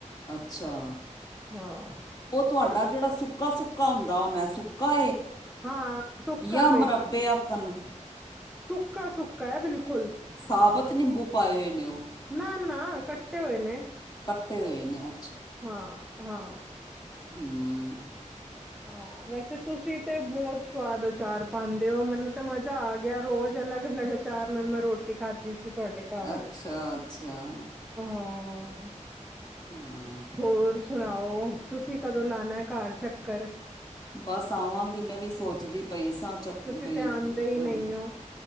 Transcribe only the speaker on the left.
ਅੱਛਾ
ਉਹ ਤੁਹਾਡਾ ਜਿਹੜਾ ਸੁੱਕਾ ਸੁੱਕਾ ਹੁੰਦਾ ਉਹਨੇ ਸੁੱਕਾ
ਜਾਂ
ਮੁਰੱਬੇ ਆਕਣ
ਸਾਬਤ ਨਿੰਬੂ ਪਾਏ ਹੋਏ ਨੇ ਉਹ
ਕੱਟੇ ਹੋਏ ਨੇ ਅ
ਹਮ।
ਅੱਛਾ ਅੱਛਾ
ਹਮ।
ਬਸ ਆਵਾਂਗੀ ਮੈਂ ਵੀ ਸੋਚਦੀ ਪਈ ਸੀ। ਤਾਂ ਚੱਕ
ਬਈ
ਤੁੂੰ